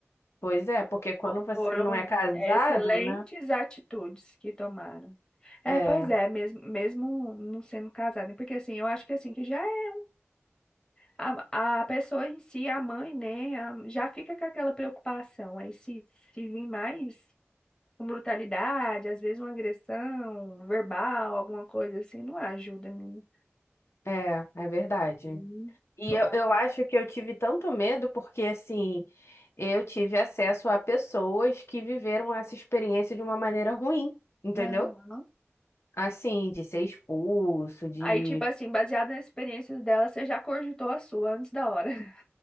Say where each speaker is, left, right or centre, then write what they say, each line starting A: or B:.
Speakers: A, on the left (about 70°); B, on the left (about 20°).
A: pois é, porque quando
B: Fo-
A: você
B: Foram
A: não é casado,
B: excelentes
A: né?
B: atitudes que tomaram. É,
A: É,
B: pois é, mesmo, mesmo não sendo casada, né? porque assim, eu acho que assim, que já é a, a pessoa em si, a mãe, né, a- já fica com aquela preocupação. Aí se, se vir mais com brutalidade, às vezes uma agressão verbal, alguma coisa assim, não ajuda, menina.
A: é, é verdade.
B: Hum.
A: E
B: Por
A: eu,
B: mais-
A: eu acho que eu tive tanto medo porque, assim, eu tive acesso a pessoas que viveram essa experiência de uma maneira ruim, entendeu?
B: Aham.
A: Assim, de ser expulso, de.
B: Aí, tipo assim, baseado nas experiências dela, você já cogitou a sua antes da hora. <laughs>